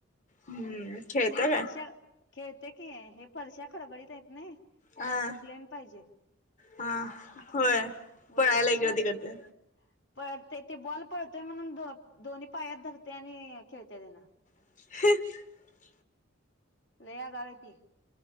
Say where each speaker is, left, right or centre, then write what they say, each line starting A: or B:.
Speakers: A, on the left; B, on the left.
A: हम्म खेळत
B: ते
A: काय
B: फर्शा खेळतय कि हे फरशा खडबडीत हायत नाई त्याला
A: हा
B: असं प्लेन पाहिजे
A: हा होय
B: गुळगुळीत
A: पळायला इकडं
B: पाहिजे.
A: तिकडते
B: पळतय ते बॉल पळतोय म्हणून दोन्ही पायात धरतय आणि खेळतय त्यान
A: <inaudible>
B: लय आगाऊ आहे ती